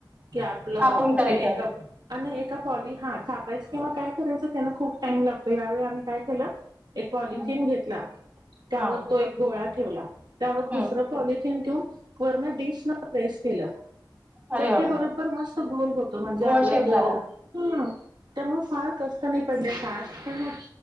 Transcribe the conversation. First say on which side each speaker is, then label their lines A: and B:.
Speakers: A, on the right (about 70°); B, on the right (about 20°).
A: की आपलं
B: थापून करायचं.
A: एक <unintelligible> थापायचं किंवा काय करायचं त्यांना खूप टाइम लागतो यावेळी आम्ही काय केलं. एक पॉलिथीन
B: हं.
A: घेतला त्यावर
B: हां.
A: तो एक गोळा ठेवला त्यावर
B: हं.
A: दुसरं पॉलिथीन ठेऊन. <unintelligible> स न प्रेस केलं
B: अरे
A: तर
B: बापरे!
A: ते बरोबर मस्त गोल होत म्हणजे
B: गोल
A: आपला
B: शेप
A: जो
B: झाला.
A: ह त्यामुळे फार कष्ट नाही पडले <unintelligible> पण